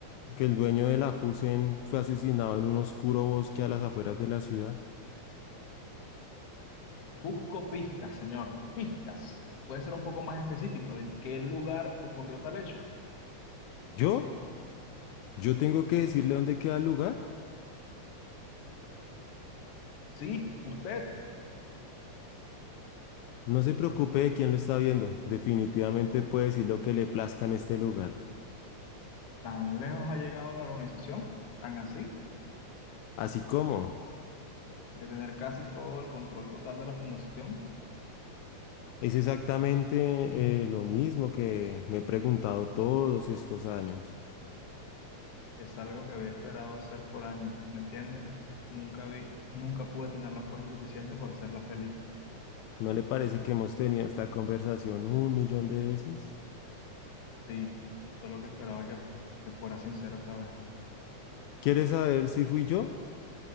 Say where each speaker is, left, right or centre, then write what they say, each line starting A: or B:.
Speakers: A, on the left; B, on the left.
A: que el dueño de la Fusen fue asesinado en un oscuro bosque a las afueras de la ciudad.
B: Busco pistas, señor. Pistas. ¿Puede ser un poco más específico de en qué lugar ocurrió tal hecho?
A: ¿Yo? ¿Yo tengo que decirle dónde queda el lugar?
B: Sí, usted.
A: No se preocupe de quién lo está viendo, definitivamente puede decir lo que le plazca en este lugar.
B: ¿Tan lejos ha llegado la organización? ¿Tan así?
A: Así como
B: De tener casi todo el control total de la fundación.
A: es exactamente eh, lo mismo que me he preguntado todos estos años.
B: Es algo que había esperado hacer por años, ¿me entiendes? Nunca vi, nunca pude tener la fuerza suficiente para hacerla feliz.
A: ¿No le parece que hemos tenido esta conversación un millón de veces?
B: Sí, solo que esperaba que, que fuera sincero esta vez.
A: ¿Quiere saber si fui yo?